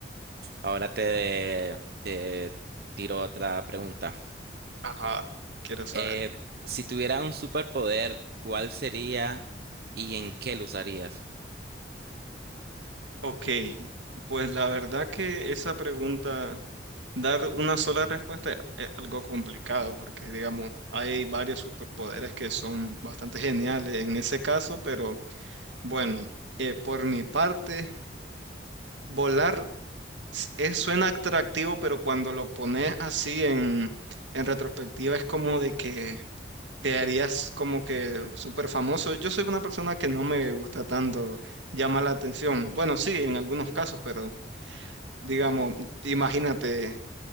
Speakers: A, on the right; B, on the right.
A: Ahora te, te tiro otra pregunta.
B: Ajá, quiero saber.
A: Eh, si tuviera un superpoder, ¿cuál sería y en qué lo usarías?
B: Ok, pues la verdad que esa pregunta Dar una sola respuesta es algo complicado porque, digamos, hay varios superpoderes que son bastante geniales en ese caso, pero bueno, eh, por mi parte, volar s- es- suena atractivo, pero cuando lo pones así en, en retrospectiva es como de que te harías como que súper famoso. Yo soy una persona que no me gusta tanto llamar la atención. Bueno, sí, en algunos casos, pero... Digamos, imagínate,